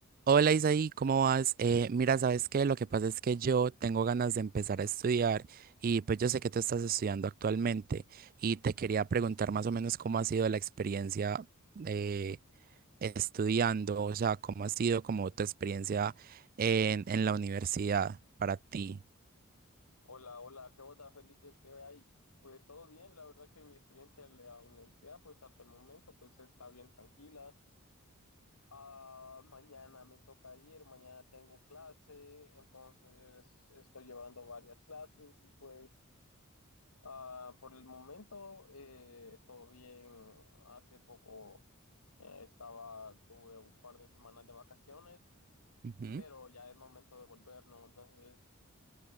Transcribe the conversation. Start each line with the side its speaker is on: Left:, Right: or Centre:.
Right: Hola Isaí, ¿cómo vas? Eh, mira, ¿sabes qué? Lo que pasa es que yo tengo ganas de empezar a estudiar y pues yo sé que tú estás estudiando actualmente y te quería preguntar más o menos cómo ha sido la experiencia eh, estudiando, o sea, cómo ha sido como tu experiencia en, en la universidad para ti.
Left: Hola, hola, ¿qué onda, Felipe? ¿Qué hay? Pues todo bien, la verdad que mi experiencia en la universidad, pues hasta el momento, pues está bien tranquila. Ah, mañana me toca ir, mañana tengo clase, entonces estoy llevando varias clases y pues ah, por el momento eh, todo bien. Hace poco eh, estaba, tuve un par de semanas de vacaciones,
Right: Ujú.
Left: pero ya es momento de volver, ¿no? Entonces,